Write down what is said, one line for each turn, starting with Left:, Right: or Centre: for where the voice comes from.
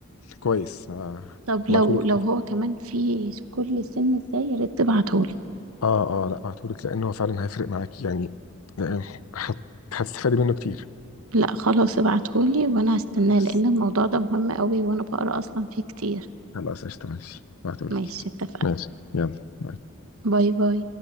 Left: كويس آه،
Right: طب
Left: هبعتهولك
Right: لو لو هو كمان في كل سن ازاي يا ريت تبعتهولي
Left: اه اه لا هبعتهولك لانه فعلا هيفرق معاكي يعني لأن هت- هتستفادي منه كتير
Right: لا خلاص ابعتهولي وانا هستناه
Left: بس
Right: لان الموضوع ده مهم قوي وانا بقرا اصلا فيه كتير
Left: خلاص قشطة ماشي بعتهولك
Right: ماشي اتفقنا
Left: ماشي يلا باي.
Right: باي باي